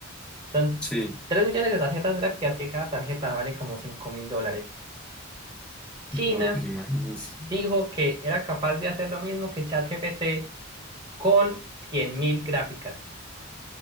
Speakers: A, on the right; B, in the centre.
A: Son
B: sí.
A: 3 millones de tarjetas gráficas que cada tarjeta vale como cinco mil dólares. China
B: No, pues imagínese.
A: dijo que era capaz de hacer lo mismo que ChatGPT con 100 mil gráficas.